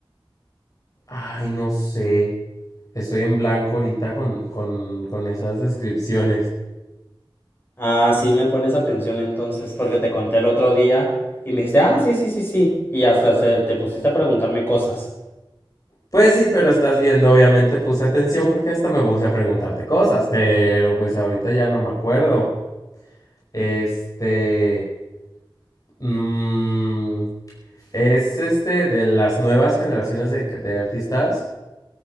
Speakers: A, on the left; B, on the left.
A: Ay, no sé. Estoy en blanco ahorita con, con, con esas descripciones.
B: Ah, sí me pones atención entonces, porque te conté el otro día y me dijiste, ah, sí, sí, sí, sí. Y hasta se- te pusiste a preguntarme cosas.
A: Pues sí, pero estás viendo, obviamente puse atención porque hasta me puse a preguntarte cosas, pero pues ahorita ya no me acuerdo. Este... mm, es este de las nuevas generaciones de, de artistas.